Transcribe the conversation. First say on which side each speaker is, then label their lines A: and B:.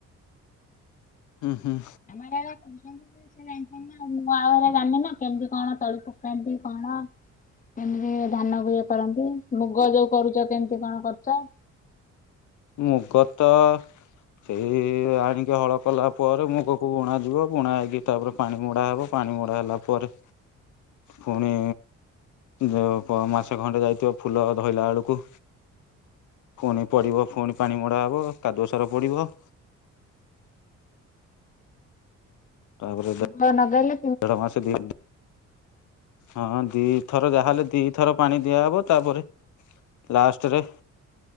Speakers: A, on the left; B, on the left.
A: ହୁଁ ହୁଁ।
B: ଆମେ ଯାହା ଡାକୁ ସନ ଆଉ ଦଜଣିଈନ <unintelligible> ମୁଁ ଆ ଘରେ ଜାଣିନ କେମିତି କଣ ତଳକୁମତି କଣ? ଏମିତି ଧାନକୁ ଇଏ କରନ୍ତି, ମୁଗ ଯୋଉ କରୁଛ, କେମିତି କଣ କରୁଛ?
A: ମୁଗ ତ ସେଇ ଆଣିକି ହଳ କଲା ପରେ ମୁଗକୁ ବୁଣାଯିବ। ବୁଣା ହେଇକି, ତା'ପରେ ପାଣି ମଡ଼ା ହେବ। ପାଣି ମଡା ହେଲା ପରେ ଫୁଣୀ ଯଉ ମାସେ ଖଣ୍ଡେ ଯାଇଥିବ, ଫୁଲ ଧଇଲା ଅଳକୁ ପୁଣି ପଡିବ। ପୁଣି ପାଣି ମଡା ହବ। କାଦୁଅ ସାର ପଡିବ। ତା'ପରେ ଯା
B: ନ ନଗେଲେ
A: ଦେଢ଼ମାସ ଦି ହଁ, ଦିଇଥର ଯାହାହେଲେ ଦି ଥର ପାଣି ଦିଆହେବ। ତା'ପରେ ଲାଷ୍ଟରେ